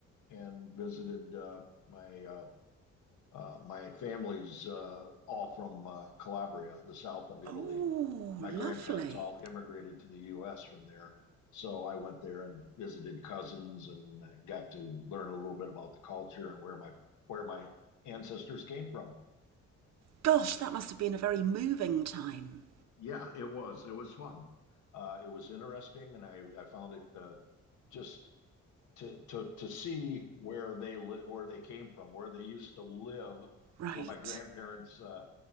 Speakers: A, on the left; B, on the right.
A: and visited uh, my uh, uh, my family's uh, all from uh, Calabria, the south of Italy.
B: Oh,
A: My
B: lovely.
A: grandparents all immigrated to the U.S. from there. So I went there and visited cousins and uh, got to learn a little bit about the culture and where my where my ancestors came from.
B: Gosh, that must have been a very moving time.
A: Yeah, it was it was fun. Uh, it was interesting, and I I found it uh, just to to to see where they li where they came from, where they used to live,
B: Right.
A: where my grandparents uh,